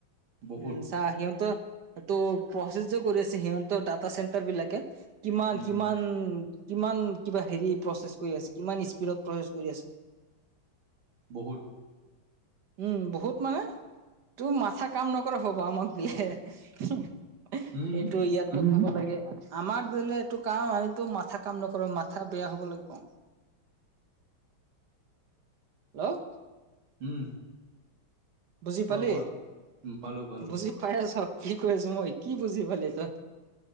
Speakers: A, on the right; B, on the right.
A: বহুত,
B: উম! <unintelligible> সিহঁতেও ত' প্ৰচেছো কৰি আছে, সিহঁতৰ ডাটা চেণ্টাৰ বিলাকে। কিমান-কিমান!
A: উম,
B: কিমান, কিবা হেৰি প্ৰচেছ কৰি আছে, কিমান স্পীডত প্ৰচেছ কৰি আছে!
A: বহুত।
B: উম! বহুত মানে, তোৰ মাথা কাম নকৰা হ'ব? আমাক ইয়ে!
A: উম,
B: এইটো ইয়াত <unintelligible> লাগে। আমাক দিলে এইটো কাম, আমিতো মাথা কাম নকৰোঁ, মাথা বেয়া হ'ব লাগিব! হেল্ল'?
A: উম'!
B: বুজি
A: কোৱা,
B: পালি?
A: কোৱা। উম, পালোঁ, পালোঁ।
B: বুজি পাই আছ, কি কৈ আছোঁ মই? কি বুজি পালি তই?